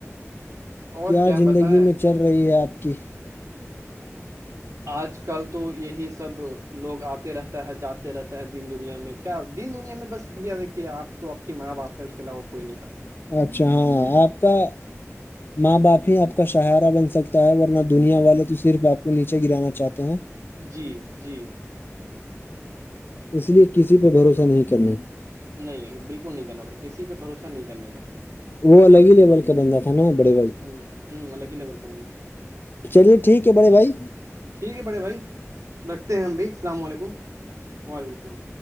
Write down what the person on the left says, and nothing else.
کیا زندگی
میں چل رہی ہے آپ کی
اچھا ہاں آپ کا ماں باپ ہی آپ کا ساہارا بن سکتا ہے ورنہ دنیا والے تو صرف آپ کو نیچے گرانا چاہتے ہیں
اس لیے کسی پہ بھروسہ نہیں کرنا
وہ الگ ہی لیول کا بندہ تھا ہ نا بڑے
چلیے ٹھیک ہے بڑے بھائی